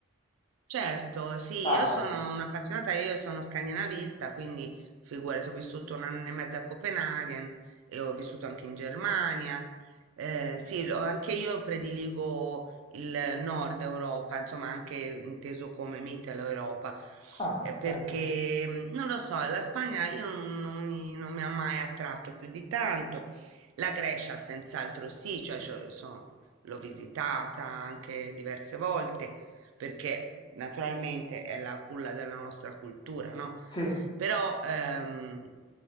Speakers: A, on the right (about 75°); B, on the left (about 25°).
A: Certo, sì,
B: Dai,
A: io sono un'appassionata, io sono scandinavista, quindi figurati, ho vissuto un anno e mezzo a Copenaghen e ho vissuto anche in Germania. Eh, sì, lo- anche io prediligo il nord Europa, insomma anche inteso come Mittel Europa,
B: Ah,
A: eh, perché
B: bello.
A: mh, non lo so, la Spagna io non, non mi, non mi ha mai attratto più di tanto, la Grecia senz'altro sì, cioè, cioè, so- l'ho visitata anche diverse volte perché naturalmente è la culla della nostra cultura, no?
B: Sì,
A: Però ehm,